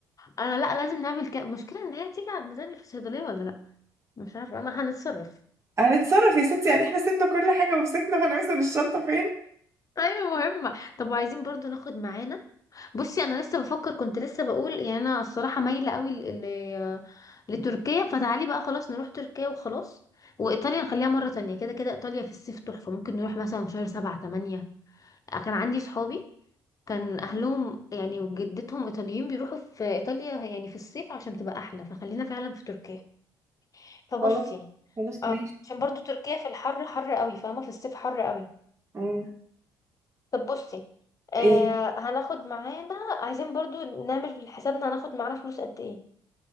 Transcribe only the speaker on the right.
هنتصرف يا ستي يعني احنا سيبنا كل حاجة ومسكنا هنوزن الشنطة فين
خلاص خلاص ماشي
آه.
ايه